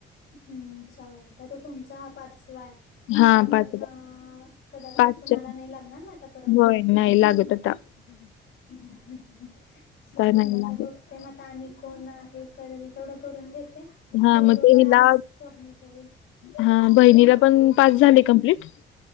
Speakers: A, on the left; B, on the left.
A: हम्म छान आता तुमचा हा पाचवा आहे?
B: हा
A: त्यामुळे
B: पाच
A: ना कदाचित
B: पाचच्या
A: तुम्हाला नाही लागणार ना आता परत
B: होय नाही लागत आता.
A: हम्म चालता
B: नाही
A: आता
B: लागत
A: बघ ते म आता आणि कोण हे करेल तेवढं करून घेते. म्हणजे
B: हा मग
A: बरोबर
B: ते हिला
A: आज सबमिट होईल.
B: हा बहिणीला पण पास झाले कंप्लीट.